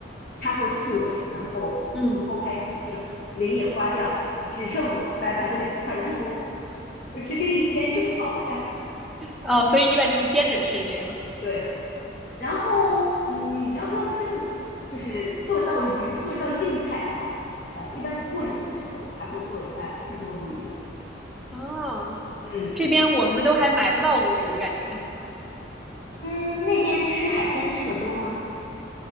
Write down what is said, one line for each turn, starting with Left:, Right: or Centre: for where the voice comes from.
Left: 掐头去尾，然后肚子剖开洗净，
Centre: 嗯，
Left: 鳞也刮掉，只剩白白的两块肉，<laughs> 直接一煎就好了呀。
Centre: 哦，所以一般就是煎着吃这样。
Left: 对。然后，嗯，你要说真的，就是做一道鱼，做一道硬菜的话，呃，一般是过年的时候才会做一下清蒸鲈鱼。
Centre: 哦，
Left: 嗯
Centre: 这边我们都还买不到鲈鱼，感觉。
Left: 嗯，那边吃海鲜吃的多吗？